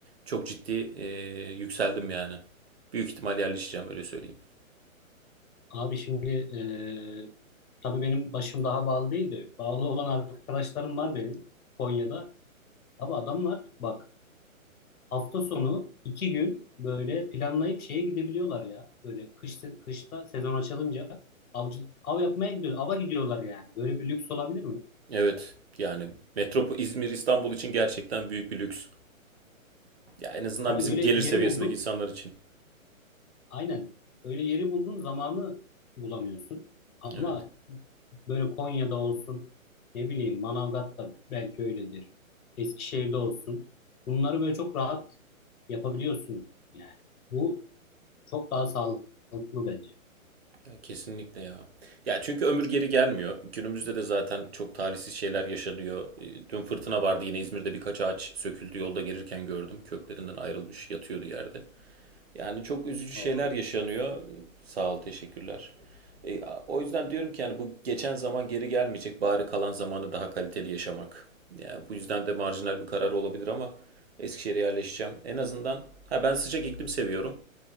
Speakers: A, on the right; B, on the left.
A: çok ciddi e, yükseldim yani. Büyük ihtimal yerleşeceğim öyle söyleyeyim.
B: Abi şimdi e, tabii benim başım daha bağlı değildi. Bağlı olan arkadaşlarım var benim Konya'da. Abi adamlar bak hafta sonu iki gün böyle planlayıp şeye gidebiliyorlar ya. Böyle kış, kışta sezon açılınca avcı, av yapmaya gidiyor. Ava gidiyorlar yani. Böyle bir lüks olabilir mi?
A: Evet yani metropo İzmir İstanbul için gerçekten büyük bir lüks. Ya en azından
B: Hadi
A: bizim
B: öyle
A: gelir
B: yeri
A: seviyesindeki
B: buldun.
A: insanlar için.
B: Aynen. Öyle yeri buldun zamanı bulamıyorsun. Ama
A: Evet.
B: böyle Konya'da olsun ne bileyim Manavgat'ta belki öyledir. Eskişehir'de olsun. Bunları böyle çok rahat yapabiliyorsun yani. Bu çok daha sağlıklı bence.
A: Ya kesinlikle ya. Ya çünkü ömür geri gelmiyor. Günümüzde de zaten çok talihsiz şeyler yaşanıyor. E, Dün fırtına vardı yine İzmir'de birkaç ağaç söküldü yolda gelirken gördüm. Köklerinden ayrılmış yatıyordu yerde. Yani çok üzücü şeyler
B: O geçmiş
A: yaşanıyor.
B: olsun.
A: E, Sağ ol, teşekkürler. E, a- o yüzden diyorum ki yani bu geçen zaman geri gelmeyecek. Bari kalan zamanı daha kaliteli yaşamak. yani bu yüzden de marjinal bir karar olabilir ama Eskişehir'e yerleşeceğim. En azından ha ben sıcak iklim seviyorum.